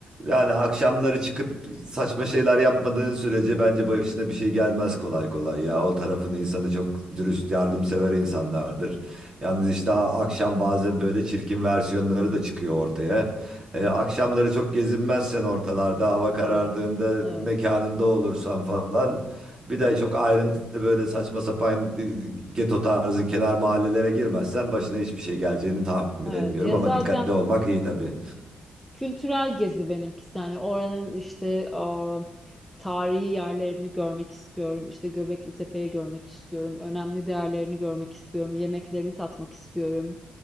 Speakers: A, on the right; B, in the centre.
A: yani akşamları çıkıp saçma şeyler yapmadığın sürece bence başına bir şey gelmez kolay kolay ya. O tarafın insanı çok dürüst, yardımsever insanlardır. Yalnız işte akşam bazen böyle çirkin versiyonları da çıkıyor ortaya. Ee, akşamları çok gezinmezsen ortalarda hava karardığında
B: Evet, evet.
A: mekanında olursan falan bir de çok ayrıntı böyle saçma sapan e, geto tarzı kenar mahallelere girmezsen başına hiçbir şey geleceğini tahmin
B: Evet.
A: etmiyorum
B: Ya
A: ama
B: zaten
A: dikkatli olmak iyi tabii.
B: Kültürel gezi benimkisi yani oranın işte aa, tarihi yerlerini görmek istiyorum. İşte Göbekli Tepe'yi görmek istiyorum. Önemli değerlerini görmek istiyorum. Yemeklerini tatmak istiyorum.